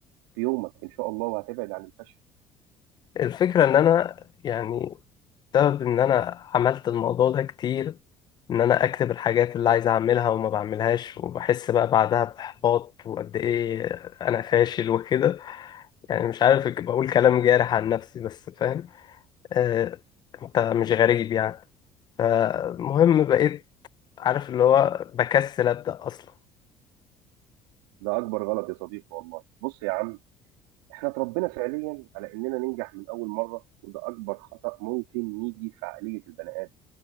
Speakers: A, on the right (about 80°); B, on the left (about 50°).
A: في يومك ان شاء الله وهتبعد عن الفشل
B: الفكره ان انا يعني بسبب ان انا عملت الموضوع ده كتير ان انا اكتب الحاجات اللي عايز اعملها وما بعملهاش وبحس بقى بعدها باحباط وقد ايه انا فاشل وكده يعني مش عارف بقول كلام جارح عن نفسي بس فاهم آه انت مش غريب يعني فالمهم بقيت عارف اللي هو بكسل ابدا اصلا
A: ده اكبر غلط يا صديقي والله بص يا عم احنا اتربينا فعليا على اننا ننجح من اول مره وده اكبر خطأ ممكن يجي في عقليه البني ادم